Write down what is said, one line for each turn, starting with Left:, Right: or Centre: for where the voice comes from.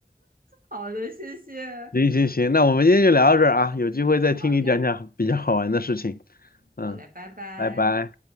Right: 好的，谢谢。
Left: 行行行，那我们今天就聊到这儿啊，有机会再听你讲讲比较好玩的事情。
Right: 好嘞，
Left: 嗯，
Right: 好嘞，拜拜。
Left: 拜拜。